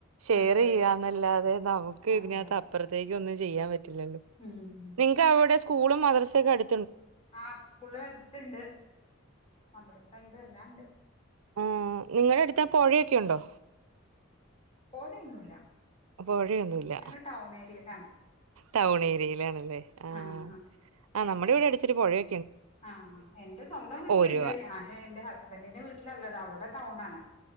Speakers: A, on the right (about 85°); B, on the left (about 30°).
A: ഷെയർ
B: അത്രേ
A: ചെയ്യാന്ന്
B: ഉള്ളൂ
A: അല്ലാതെ നമുക്ക്
B: അതെ
A: ഇതിന് അകെത്ത്
B: അതെ
A: അപ്പെറ്ത്തേക്ക് ഒന്നും ചെയ്യാൻ പറ്റ് ല്ലല്ലോ
B: ഉം
A: നിങ്ങക്ക് അവിടെ സ്കൂളും മദ്രസക്കെ അടു
B: ആ സ്കൂള് അടുത്ത് ഇണ്ട് മദ്രസ ഇണ്ട് എല്ലാണ്ട്
A: ഉം നിങ്ങടെ അടുത്ത് പുഴയൊക്കെ ഉണ്ടോ
B: പോഴയൊന്നുല്ല
A: അപ്പ വഴിയൊന്നും ഇല്ല
B: ഞങ്ങൾ ടൗൺ ഏരിയയിലാണ്
A: ടൗൺ ഏരിയയിലാൺ അല്ലെ ആ
B: ആഹ്
A: ആ നമ്മടെ ഇവ്ടെ ഇച്ചിരി പൊഴയൊ
B: ആ എന്റെ സ്വന്തം വീട്ട്ൽ
A: ഓരുവ
B: ഇണ്ട് ഞാന് എൻ്റെ ഹസ്ബൻറിന്റെ വീട്ടിലാ ഇള്ളെത് അവ്ടെ ടൗൺ ആണ്